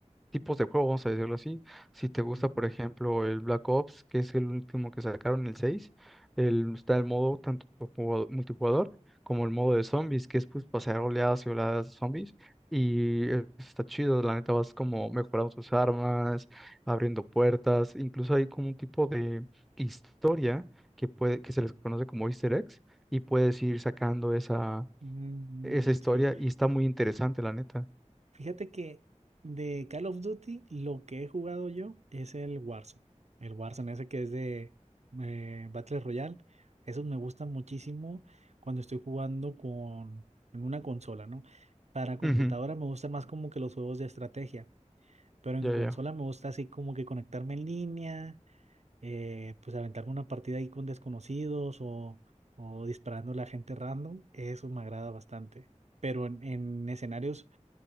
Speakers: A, in the centre; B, on the right.
A: tipos de juego, vamos a decirlo así. Si te gusta,
B: ujú.
A: por ejemplo, el Black Ops, que es el último que sacaron, el 6 el, está el modo tanto jugado- multijugador como el modo de zombies, que es pues pasar oleadas y oleadas de zombies. Y eh, está chido, la neta vas como mejorando tus armas, abriendo puertas, incluso hay como un tipo de historia que puede, que se les conoce como Easter eggs, y puedes ir sacando esa,
B: Mm,
A: esa historia,
B: sí.
A: y está muy interesante, la neta.
B: Fíjate que de Call of Duty lo que he jugado yo es el Warzone. El Warzone ese que es de eh, Battle Royale. Esos me gustan muchísimo cuando estoy jugando con en una consola, ¿no? Para computadora
A: Ujú.
B: me gustan más como que los juegos de estrategia. Pero en
A: Ya,
B: consola
A: ya.
B: me gusta así como que conectarme en línea, eh, pues aventarme una partida ahí con desconocidos o, o disparando a la gente random. Eso me agrada bastante. Pero en, en escenarios